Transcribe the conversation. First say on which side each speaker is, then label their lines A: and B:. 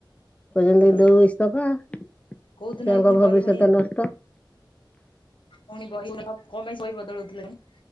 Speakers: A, on the left (about 15°); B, on the left (about 80°).
A: କଉଛନ୍ତି
B: ହଁ
A: ଦଉଇସ୍ତପା। ଛୁଆଙ୍କ
B: କୋଉ ଦିନ ଏଇ ପୁଣି
A: ଭବିଷ୍ୟତ
B: ବହି ପୁଣି
A: ନଷ୍ଟ।
B: ପୁଣି ବହି ବଦଳ କଣପାଇଁ ବହି ବଦଳଉଥିଲାଣି <unintelligible>